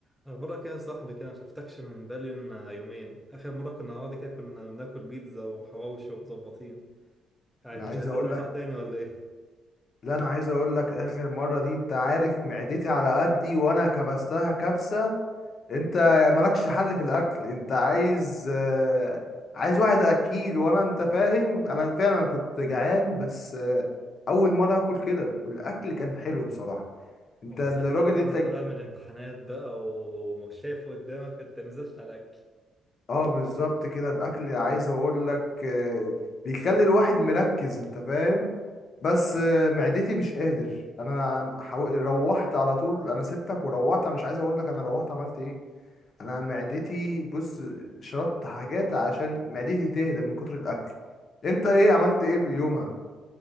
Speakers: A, in the centre; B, on the left (about 50°).
A: اخبارك يا صاحبي كده ما شفتكش من بالين يومين اخر مره كنا مع بعض كده كنا بناكل بيتزا وحواوشي ومظبطين يعني
B: انا
A: مش
B: عايز
A: عايزين
B: اقول
A: نطلع
B: لك
A: تاني ولا ايه
B: لا انا عايز اقول لك اخر مره دي انت عارف معدتي على قدي وانا كبستها كبسه انت مالكش حل في الاكل انت عايز آه، عايز واحد اكيل وانا انت فاهم انا فعلا كنت جعان بس آه، اول مره اكل كده الاكل كان حلو بصراحه انت
A: وبالذات
B: الراجل
A: ان انت
B: اللي انت
A: طالع من الامتحانات بقى ومش شايف قدامك فانت نزلت على الاكل
B: اه بالظبط كده الاكل عايز اقول لك آه، بيخلي الواحد مركز انت فاهم بس
A: اه
B: آه، معدتي مش قادر انا حو... روحت على طول انا سبتك وروحت أنا مش عايز اقول لك انا روحت عملت ايه انا معدتي بص شربت حاجات عشان معدتي تهدى من كتر الاكل انت ايه عملت ايه في يومها